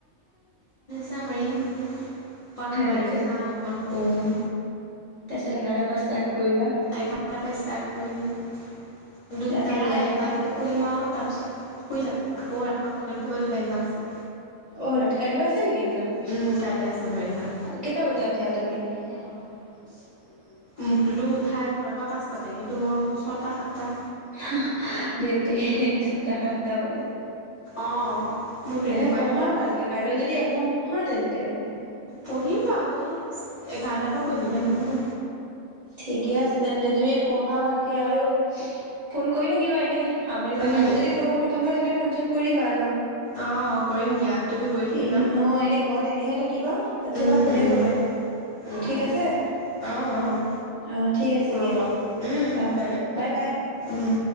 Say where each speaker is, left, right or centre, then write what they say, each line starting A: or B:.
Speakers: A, on the left (about 40°); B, on the right (about 35°).
A: নামাৰিম <unintelligible> অকণ মোবাইল
B: লেকচাৰ
A: টো চাম অকণমান, উম,
B: তাৰপিছত এঘাৰটাৰ পৰা ষ্টাৰ্ট কৰিবা,
A: এঘাৰটাৰ পৰা ষ্টাৰ্ট কৰিম দুটা,
B: ৰাতি তিনটা
A: এটা লৈকে পঢ়িম আৰু তাৰপিছত শুই যাম। আকৌ ৰাতিপুৱা সোনকালে উঠিব লাগিব এক্সাম আছে।
B: অ ৰাতি কাইলৈ আছা নেকি এক্সাম,
A: উম কাইলৈ আছে মোৰ এক্সাম।
B: কেইটা বজাত উঠা তুমি? ব <unintelligible>
A: মোক টোতো উঠাই ঘৰৰ পৰা পাঁচটাতে কিন্তু মই উঠো ছটা, সাতটা
B: হা -হা ধেত তেৰি ছয়টা, সাতটা বাজে
A: অ মোৰ তেনেকুৱাই
B: তেনে পঢ়া
A: হয়।
B: ভালকে কাইলৈ যদি এক্সাম হয় তেন্তে তে <unintelligible>
A: পঢ়িম বাও এই এঘাৰটা টা পা পঢ়িম এতিয়া নপঢ়ো।
B: ঠিকে আছে, তেন্তে তুমি পঢ়া ভালকে আৰু ফোন কৰি থাকিবা এনে সামৰি চাওঁ
A: উম,
B: কাইলৈ যদি পঢ়া খতম হয় তেনে ফোনচোন কৰিবা অলপ
A: অ' কৰিম দিয়া তুমিও কৰি থাকিবা।
B: এনে অ এনে ঘৰত এনেহে থাকিবা, তাৰপিছত
A: উম,
B: বা ফোনে
A: উম,
B: কৰিবা মোক
A: উম,
B: ঠিক
A: উম,
B: আছে।
A: অ',
B: অহ ঠিক আছে
A: অ' হ'ব
B: দিয়া
A: উম,
B: অহ বাই বাই।
A: উম।